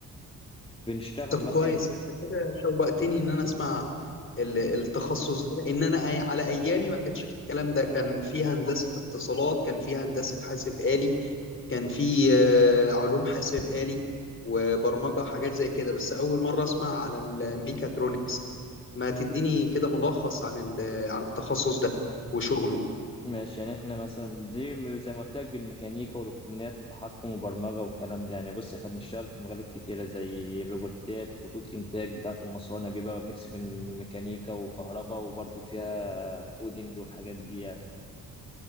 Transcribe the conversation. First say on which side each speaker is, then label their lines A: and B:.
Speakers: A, on the left (about 15°); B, on the left (about 40°).
A: بنشتغل
B: طب
A: مثلا
B: كويس انت كده شوقتني ان انا اسمع ال- التخصص ده لان انا أي- على ايامي ما كانش في الكلام ده كان في هندسة اتصالات كان في هندسة حاسب آلي كان في آه، علوم حاسب آلي وبرمجة حاجات زي كده بس اول مرة اسمع على الميكاترونكس ما تديني كده ملخص عن ال- عن التخصص ده وشغله
A: ماشي يعني احنا مثلا دي م- زي ما قلت لك بالميكانيكا والالكترونيات وتحكم وبرمجه والكلام ده يعني بص احنا بنشتغل في مجالات كتيره زي الروبوتات خطوط انتاج بتاعه المصانع بيبقى ميكس بين ميكانيكا وكهرباء وبرضه فيها كودينج والحاجات دي يعني